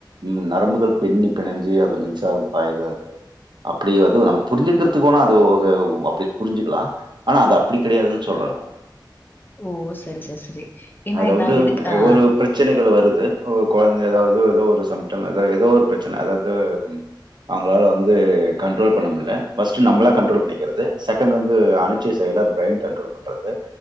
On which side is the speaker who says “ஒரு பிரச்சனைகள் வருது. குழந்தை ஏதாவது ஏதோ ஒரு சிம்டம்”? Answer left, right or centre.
Right